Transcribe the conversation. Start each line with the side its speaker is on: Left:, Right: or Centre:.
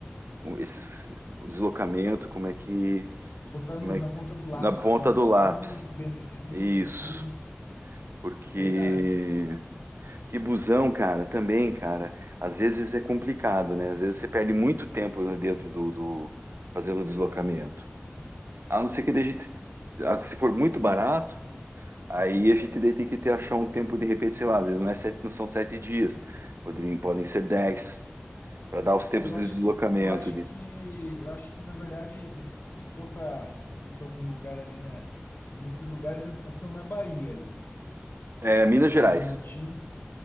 Right: um- esses, o deslocamento, como é que,
Left: Botar
Right: como
Left: no-
Right: é
Left: na
Right: que,
Left: ponta do lápis,
Right: na ponta
Left: né? Os
Right: do lápis.
Left: custos, benefício,
Right: Isso,
Left: tudo.
Right: porque
Left: Verdade,
Right: que busão, cara, também, cara, às vezes é complicado, né? Às vezes você perde muito tempo né, dentro do, do fazendo o deslocamento. A não ser que deixe, de- ah, se for muito barato, aí
Left: cara.
Right: a gente daí tem que ter achar um tempo de repente, sei lá, às vezes não é sete, não são sete dias, poderiam, podem ser dez, para dar os tempos
Left: Eu
Right: de
Left: acho
Right: deslocamento
Left: que, eu acho
Right: de
Left: que, eu acho que na verdade, de- se for para ir para algum lugar ali na, nesses lugares eh, são na Bahia ali, né?
Right: é, Minas
Left: Chapada
Right: Gerais.
Left: Diamantina,